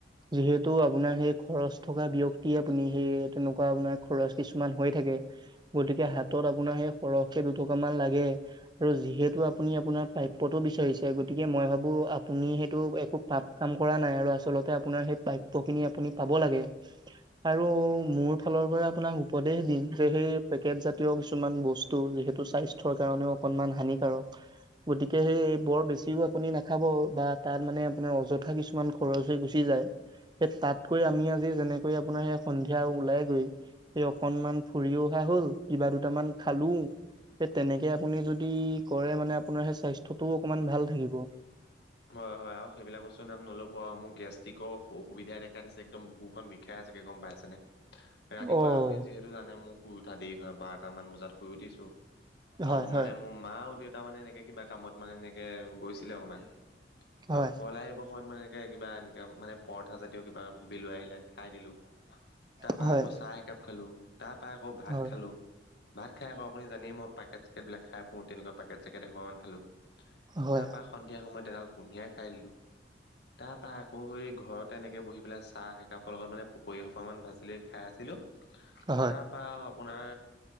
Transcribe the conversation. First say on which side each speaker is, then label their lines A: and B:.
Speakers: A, on the right; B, on the left.
A: যিহেতু আপোনাৰ সেই খৰচ থকা ব্যক্তি আপুনি সেই তেনেকুৱা আপোনাৰ খৰচ কিছুমান হৈ থাকে। গতিকে হাতত আপোনাৰ সেই সৰহকে দু-টকা মান লাগে আৰু যিহেতু আপুনি আপোনাৰ প্ৰাপ্যটো বিচাৰিছে গতিকে মই ভাবোঁ আপুনি সেইটো একো পাপ কাম কৰা নাই আৰু আচলতে আপোনাৰ সেই প্ৰাপ প খিনি আপুনি পাব লাগে। কিয়া আৰু মোৰ ফালৰ পৰা আপোনাক উপদেশ দিম যে সেই পেকেট জাতীয় কিছুমান বস্তু টো যিহেতু স্বাস্থ্যৰ কাৰণেও অকনমান হানিকাৰক। গতিকে বৰ বেছিও আপুনি নাখাব বা তাত মানে আপোনাৰ অযথা কিছুমান খৰচ হৈ গুচি যায়। সে তাতকৈ আমি আজি যেনেকৈ আপোনাৰ সেই সন্ধিয়া ওলাই গৈ সেই অকনমান ফুৰিও অহা হল কিবা দুটামান খালো। এ তেনেকে আপুনি যদি কৰে মানে আপোনাৰ সেই স্বাস্থ্যটোও অকমান ভাল থাকিব।
B: হয় হয়, আৰু সেইবিলাক বস্তু নাম নল'ব আৰু মোক গেষ্টিকৰ অসু অসুবিধাই দেখা দিছে একদম বুকুখন বি খায়েই চাগে গম পাইছে নে ৰাতিপুৱা
A: অ'
B: আপুনি যিহেতু তো জানে মোৰ শুই উঠা দেৰি হয় বাৰটা মান বজাত শুই উঠিছো
A: হয়
B: আৰু
A: হয়
B: মানে মোৰ মা উঠি তাৰমানে এনেকে কিবা কামত মানে এনেকে গৈছিলে অকমান আৰু
A: হয়।
B: ঘৰলৈ আহিব। ঘৰত মানে এনেকে কিবা এনেকে মানে পৰঠা জাতীয় কিবা-কিবি লৈ আহিলে খাই দিলো। তাৰপৰা
A: হয়
B: আকৌ চাহ একাপ খালোঁ তাৰপৰা আকৌ ভাত
A: হয় হয়।
B: খালোঁ। ভাত খাই আকৌ আপুনি জানেই মই পেকেট-চেকেট বিলাক খাই ফুল তেনেকুৱা। পেকেট-চেকেট এখন খালো
A: হয়
B: তাৰপৰা সন্ধিয়া সময়ত এডাল কুঁহিয়াই খাই দিলো। তাৰপৰা আকৌ সেই ঘৰতে এনেকে বহি পেলাই চাহ একাপৰ লগত মানে পকৰী অকমান ভাজি লৈ খাই আছিলোঁ। তাৰপা
A: হয় হয়
B: আপোনাৰ,